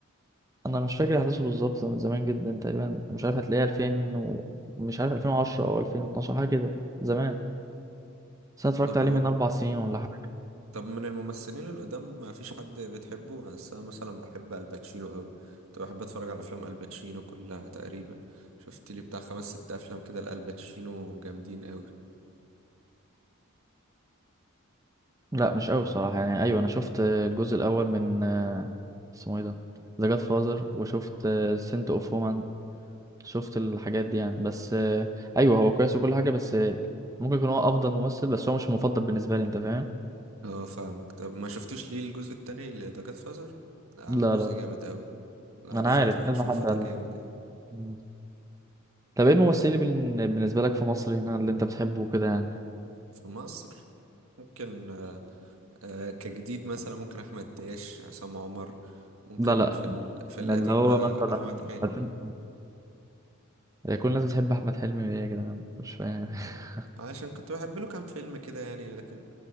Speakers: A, on the right; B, on the right.
A: انا مش فاكر احداثه بالظبط من زمان جدا تقريبا مش عارف هتلاقيه 2000 ومش عارف 2010 او 2012 حاجه كده زمان بس انا اتفرجت
B: طب
A: عليه من اربع سنين ولا حاجه
B: طب من الممثلين القدام ما فيش حد بتحبه بس انا مثلا بحب الباتشينو قوي كنت بحب اتفرج على افلام الباتشينو كلها تقريبا شفت لي بتاع خمس ست افلام كده لالباتشينو جامدين قوي
A: لا مش قوي صراحه يعني ايوه انا شفت الجزء الاول من آه، اسمه ايه ده ذا جاد فازر وشفت سنت اوف وومن شفت الحاجات دي يعني بس آه، ايوه هو كويس وكل حاجه بس آه، ممكن يكون هو افضل ممثل بس هو مش المفضل بالنسبه لي انت فاهم
B: اه فاهمك طب ما شفتش ليه الجزء التاني اللي ده جاد فازر آه
A: لا
B: جزء
A: لا لا
B: جامد قوي لا
A: انا
B: لازم
A: عارف
B: تبقى
A: كذا
B: تشوفه
A: حد
B: ده
A: قال
B: جامد يعني
A: مم. طب ايه الممثلين اللي بال- بالنسبه لك في مصر هنا اللي انت بتحبه كده يعني
B: في مصر ممكن آه آه كجديد مثلا ممكن احمد داش عصام عمر ممكن
A: لا لا
B: في ال... في
A: من
B: القديم
A: اللي هو
B: بقى
A: مثلا
B: احمد حلمي
A: عارفين هي كل الناس بتحب احمد حلمي ليه يا جدعان مش فاهم <laughs>
B: آه عشان كنت بحب له كام فيلم كده يعني لكن